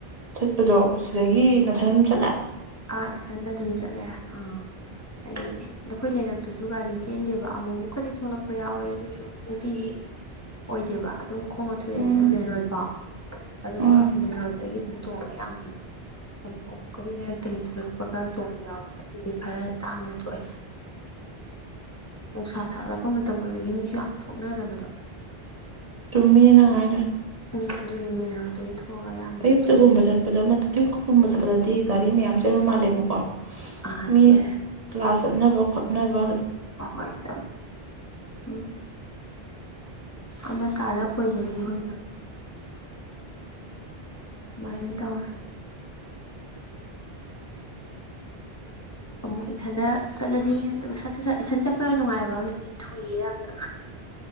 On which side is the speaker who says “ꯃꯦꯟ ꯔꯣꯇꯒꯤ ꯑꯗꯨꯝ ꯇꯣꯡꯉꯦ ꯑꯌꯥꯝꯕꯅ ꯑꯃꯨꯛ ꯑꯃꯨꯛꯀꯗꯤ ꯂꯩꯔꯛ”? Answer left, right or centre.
Left